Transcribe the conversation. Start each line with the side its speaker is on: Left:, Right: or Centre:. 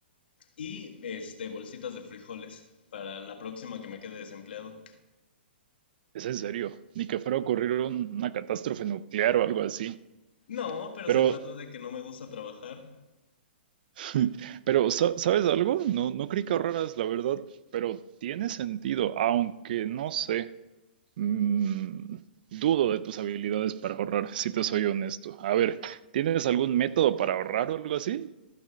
Left: y este, bolsitas de frijoles para la próxima que me quede desempleado.
Right: Es en serio, ni que fuera a ocurrir un- una catástrofe nuclear o algo así.
Left: No, pero
Right: Pero,
Left: se trata de que no me gusta trabajar
Right: <laughs> pero, ¿sa- ¿sabes algo? No, no creí que ahorraras, la verdad, pero tiene sentido, aunque no sé. Mm, dudo de tus habilidades para ahorrar, si te soy honesto. A ver, ¿tienes algún método para ahorrar o algo así?